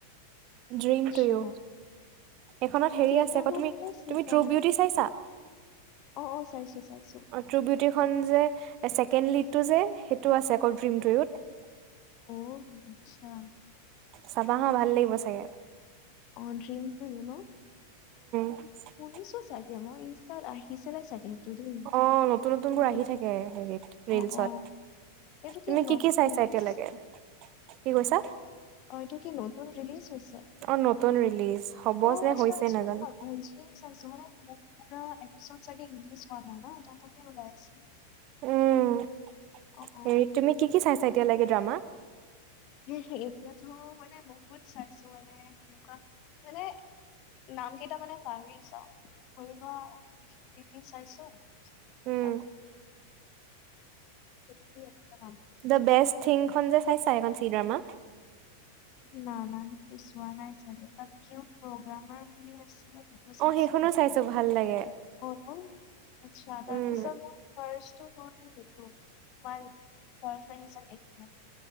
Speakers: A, on the right; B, on the left.
A: dream
B: আচ্ছা।
A: to you এইখনত হেৰি
B: কে
A: আছে
B: ড্ৰামা
A: আকৌ তুমি
B: মানে চি
A: তুমি
B: ড্ৰামা?
A: ট্ৰু বিউটি চাইছা
B: অ অ চাইছো চাইছো
A: ট্ৰু বিউটিখন যে ছেকেণ্ড লিডটো যে সেইটো আছে আকৌ ড্ৰিম টুইত
B: অ আচ্ছা
A: চাবা হাঁ ভাল লাগিব চাগে
B: অঁ ড্ৰ্ৰীমটো ইউ ন'
A: <unintelligible>
B: শুনিছো চাগে মই তাত আহিছিলে চাগেলটো দেই
A: অ নতুন নতুনবোৰ
B: সেইটে
A: আহি থাকে হেৰিত ৰিলচত
B: অ অ এইটো
A: তুমি
B: কি নতুন
A: চাইছা
B: ৰিলিছ
A: এতিয়ালৈকে কি কৈছা?
B: অ এইটো কি নতুন ৰিলিজ হৈছে
A: অ নতুন ৰিলিজ হ'ব
B: অ',
A: যে
B: আচ্ছা
A: হৈছে
B: আচ্ছা।
A: নাজানো
B: <unintelligible>
A: উম
B: অ',
A: হৰি
B: অ',
A: তুমি কি কি চাইছা এতিয়ালকে ড্ৰামা?
B: সেই এতিয়াতো মানে বহুত চাইছো মানে এনেকুৱা মানে- নাম কেইটা মানে পাহৰি জাওঁ। ধৰি লোৱা দি চাইছো
A: উম,
B: আঁ - এইটো কি আছিলে নাম?
A: দা বেষ্ট থিংখন যে চাইছা এইখন চিনেমা?
B: না না সেইটো চোৱা নাই চাগে প্ৰগ্ৰামৰ বুলি আছে। চাইছো
A: অ', সেইখনো চাইছো ভাল লাগে।
B: হল আচ্ছা <unintelligible>
A: উম,
B: ফষ্টো <unintelligible>